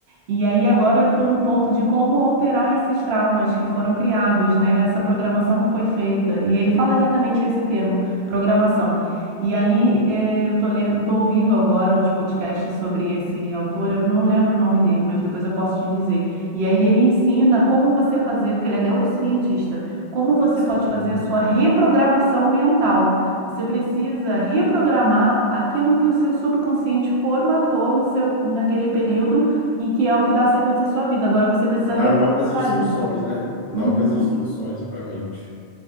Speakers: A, on the right (about 75°); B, on the left (about 50°).
A: E aí agora eu estou no ponto de como alterar esses traumas que foram criados, né? Essa programação que foi feita. E ele fala exatamente esse termo, programação. E aí eh, eu estou ouvindo agora uns podcasts sobre esse autor. Eu não lembro o nome dele, mas depois eu posso te dizer. E aí ele ensina como você fazer, porque ele é neurocientista, como você
B: Sim.
A: pode fazer a sua reprogramação mental. Você precisa reprogramar aquilo que o seu subconsciente formatou no seu, naquele período e que é o que dá sequência à sua vida. Agora você precisa
B: Dar
A: reprogramar
B: novas instruções,
A: isso.
B: né? Novas
A: Uhum.
B: instruções para a mente.